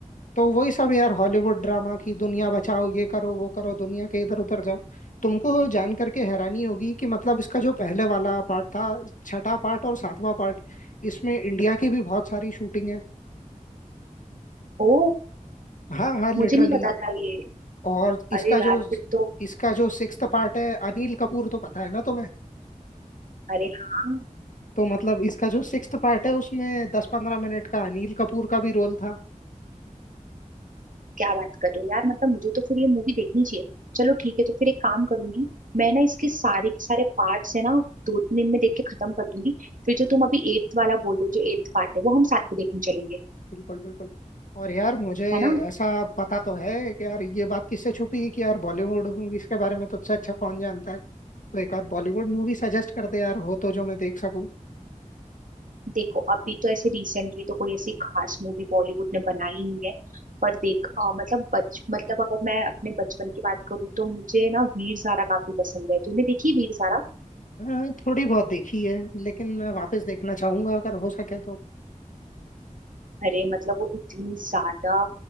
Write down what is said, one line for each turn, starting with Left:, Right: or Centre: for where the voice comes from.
Left: तो वही सब यार हॉलीवुड ड्रामा की दुनिया बचाओ ये करो वो करो दुनिया के इधर उधर जाओ तुमको जान करके हैरानी होगी कि मतलब इसका जो पहले वाला पार्ट था छठा पार्ट और सातवां पार्ट इसमें इंडिया की भी बहुत सारी शूटिंग है
Right: ओ
Left: हाँ हाँ लिटरली
Right: मुझे नहीं पता था ये
Left: और इसका
Right: अरे यार
Left: जो
Right: फिर तो
Left: इसका जो सिक्स्थ पार्ट है अनिल कपूर तो पता है ना तुम्हें
Right: अरे हाँ
Left: तो मतलब इसका जो सिक्स्थ पार्ट है उसमें दस पंद्रह मिनट का अनिल कपूर का भी रोल था
Right: क्या बात कर रहे हो यार मतलब मुझे तो फिर ये मूवी देखनी चाहिए चलो ठीक है तो फिर एक काम करूंगी मैं ना इसके सारे के सारे पार्ट्स है ना दो तीन दिन में देख के खत्म कर दूंगी फिर जो तुम अभी एट्थ वाला बोल रहे हो जो एट्थ पार्ट है वो हम साथ में देखने चलेंगे
Left: बिल्कुल बिल्कुल और यार मुझे
Right: है ना
Left: ऐसा पता तो है कि यार ये बात किससे छुपी है कि यार बॉलीवुड मूवीज के बारे में तुझसे अच्छा अच्छा कौन जानता है तो एक आध बॉलीवुड मूवी सजेस्ट कर दे यार हो तो जो मैं देख सकूं
Right: देखो अभी तो ऐसे रिसेंटली तो कोई ऐसी खास मूवी बॉलीवुड ने बनाई नहीं है पर देख अ, मतलब बच मतलब अगर मैं अपने बचपन की बात करूँ तो मुझे ना वीर ज़ारा काफी पसंद है तूने देखी वीर ज़ारा
Left: हाँ, थोड़ी बहुत देखी है लेकिन मैं वापस देखना चाहूंगा अगर हो सके तो
Right: अरे मतलब वो इतनी ज्यादा